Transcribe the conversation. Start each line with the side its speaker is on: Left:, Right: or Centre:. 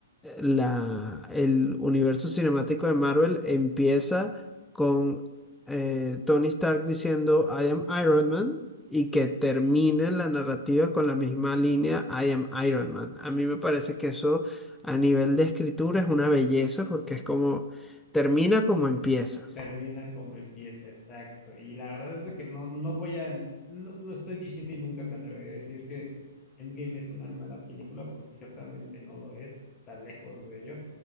Centre: la, el universo cinemático de Marvel empieza con eh, Tony Stark diciendo I am Iron Man y que termine la narrativa con la misma línea I am Iron Man. A mí me parece que eso a nivel de escritura es una belleza porque es como termina como empieza.
Left: termina como empieza, exacto. Y la verdad es de que no, no voy a, no, no estoy diciendo y nunca me atreveré a decir que Endgame es una mala película, porque ciertamente no lo es, está lejos de ello.